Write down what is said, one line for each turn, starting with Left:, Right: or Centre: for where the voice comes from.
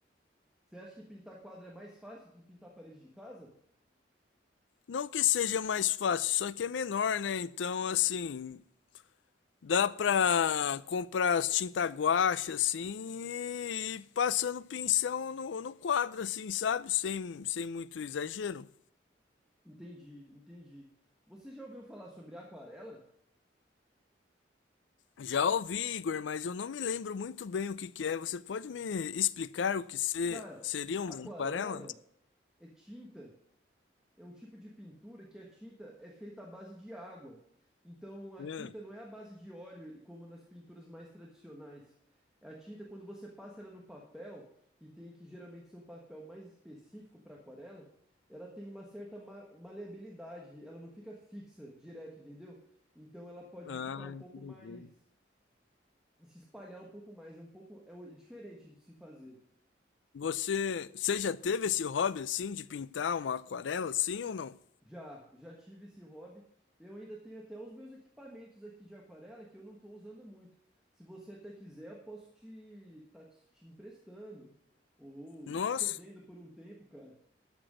Centre: Você acha que pintar quadro é mais fácil que pintar parede de casa?
Left: Não que seja mais fácil, só que é menor, né? Então, assim, dá pra comprar as tinta guache, assim, e, e passando pincel no, no quadro, assim, sabe? Sem, sem muito exagero.
Centre: Entendi, entendi. Você já ouviu falar sobre aquarela?
Left: Já ouvi, Igor, mas eu não me lembro muito bem o que que é. Você pode me explicar o que se,
Centre: Cara,
Left: seria uma
Centre: aquarela
Left: aquarela?
Centre: é tinta é um tipo de pintura que a tinta é feita à base de água. Então a
Left: É.
Centre: tinta não é à base de óleo, como nas pinturas mais tradicionais. A tinta, quando você passa ela no papel, e tem que geralmente ser um papel mais específico para aquarela, ela tem uma certa ma- maleabilidade, ela não fica fixa direto, entendeu? Então ela pode
Left: Ah,
Centre: ficar um pouco
Left: entendi.
Centre: mais. e se espalhar um pouco mais, é um pouco. é um- é diferente de se fazer.
Left: Você, você já teve esse hobby, assim, de pintar uma aquarela, assim ou não?
Centre: Já, já tive esse hobby. Eu ainda tenho até os meus equipamentos aqui de aquarela que eu não estou usando muito. Se você até quiser, eu posso te tá te te emprestando ou
Left: Nossa.
Centre: te cedendo por um tempo, cara.